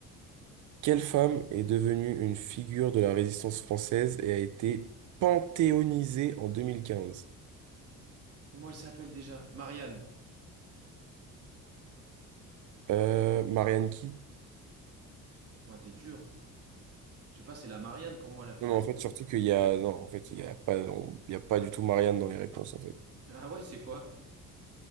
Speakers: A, on the right (about 60°); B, on the right (about 45°).
A: Quelle femme est devenue une figure de la résistance française et a été panthéonisée en 2015?
B: Comment elle s'appelle déjà? Marianne.
A: Euh, Marianne qui?
B: Ouais, t'es dur. Je sais pas, c'est la Marianne pour moi, la figure.
A: Non, mais en fait, surtout qu'il y a, non, en fait, il y a pas, on- il y a pas du tout Marianne dans les réponses, en fait.
B: de- Ah ouais, c'est quoi?